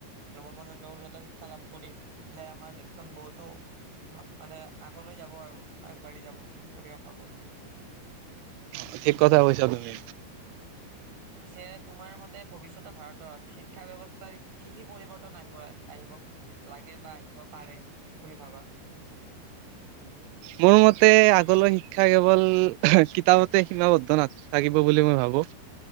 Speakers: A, on the right (about 50°); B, on the right (about 90°).
A: নৱ- প্ৰজন্ম উন্নত শিক্ষা লাভ কৰিলে আমাৰ দেশখন বহুতো মানে আগলৈ যাব আৰু আগবাঢ়ি যাব গতিকে ভাবো
B: অ ঠিক কথা কৈছা তুমি।
A: পিছে তোমাৰ মতে ভৱিষ্যতে ভাৰতত শিক্ষা ব্যৱস্থাৰ কি কি পৰিৱৰ্তন আহিব আহিব? লাগে বা আহিব পাৰে বুলি ভাবা?
B: মোৰ মতে আগলৈ শিক্ষা কেৱল কিতাপতে সীমাবদ্ধ নাথাকিব বুলি মই ভাবো।